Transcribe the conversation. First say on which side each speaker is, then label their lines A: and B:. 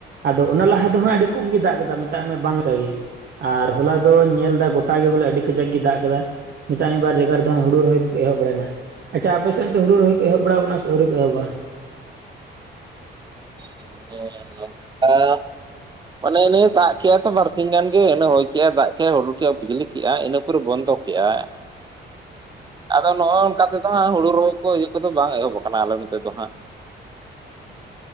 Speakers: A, on the right; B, on the right.
A: ᱟᱫᱚ ᱚᱱᱟ ᱞᱟᱦᱟ ᱫᱚ ᱦᱟᱸᱜ ᱟᱹᱰᱤ ᱠᱚᱢ ᱜᱮ ᱫᱟᱜ ᱠᱮᱫᱟᱭ ᱢᱮᱛᱟᱜ ᱢᱮ ᱵᱟᱝ ᱞᱮᱠᱟ ᱜᱮ, ᱟᱨ ᱦᱚᱞᱟ ᱫᱚᱧ ᱧᱮᱞ ᱮᱫᱟ ᱜᱚᱴ ᱜᱚᱴᱟᱜ ᱜᱮ ᱵᱚᱞᱮ ᱟᱹᱰᱤ ᱠᱟᱡᱟᱠ ᱜᱮ ᱫᱟᱜ ᱟᱠᱟᱫᱟ ᱾ ᱢᱮᱛᱟᱧ ᱵᱟᱨ ᱡᱟᱭᱜᱟ ᱨᱮᱫᱚ ᱦᱟᱸᱜ ᱦᱩᱲᱩ ᱨᱚᱦᱚᱭ ᱠᱚ ᱮᱦᱚᱵ ᱵᱟᱲᱟ ᱮᱱᱟ ᱟᱪᱷᱟ ᱟᱯᱮ ᱥᱮᱱ ᱫᱚ ᱦᱩᱲᱩ ᱨᱚᱦᱚᱭ ᱮᱦᱚᱵ ᱵᱟᱲᱟ ᱟᱠᱟᱱᱟ ᱟᱹᱣᱨᱤ ᱠᱚ ᱮᱦᱚᱵᱼᱟ᱾
B: ᱦᱮᱸ <unintelligible> <unintelligible> ᱚᱱᱮ ᱱᱤᱭ ᱫᱟᱜ ᱠᱮᱜ ᱟᱭ ᱛᱚ ᱵᱟᱨᱥᱤ ᱜᱟᱱ ᱜᱮ ᱤᱱᱟ ᱦᱚᱭ ᱠᱮᱜᱟᱭ ᱫᱟᱜ ᱠᱮᱜᱟᱭ ᱦᱩᱲᱩ ᱠᱮ ᱵᱤᱡᱽᱞᱤ᱾ ᱠᱮᱜᱼᱟ ᱤᱱᱟᱹ ᱯᱚᱨᱮ ᱵᱚᱱᱫᱚ ᱠᱮᱫ-ᱟᱭ ᱟᱫᱚ ᱱᱚᱜᱼᱚ ᱱᱚᱝᱠᱟ ᱛᱮᱫᱚ᱾ ᱦᱩᱲᱩ ᱨᱚᱦᱚᱭ ᱠᱚ ᱤᱭᱟᱹ ᱠᱚᱫᱚ ᱵᱟᱝ ᱮᱦᱚᱵ ᱟᱠᱟᱱᱟ ᱟᱞᱮ ᱱᱚᱛᱮ ᱫᱚ ᱦᱟᱸᱜ ᱾